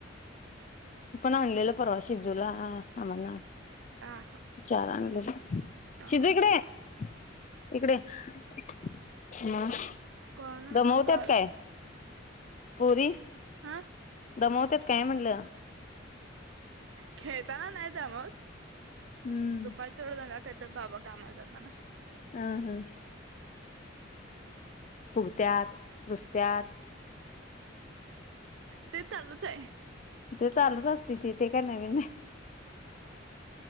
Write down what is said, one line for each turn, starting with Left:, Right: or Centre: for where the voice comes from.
Left: मी पण आणलेलं परवा शिजूला. हां आम्हांना
Right: हा
Left: चार आणलेलं.
Right: हा
Left: शिजू इकडं ये. इकडे ये. म,
Right: कोण
Left: दमवत्यात
Right: होताल
Left: काय? पुरी
Right: हां
Left: दमवत्यात काय म्हणलं?
Right: खेळताना नाही दमवत
Left: हम्म
Right: दुपारच एव्हढ दंगा करत्यात बाबा कामाला जातना
Left: हा, हा फूगत्यात रुसत्यात
Right: ते चालूच आहे.
Left: ते चालूच असतय ते काय नवीन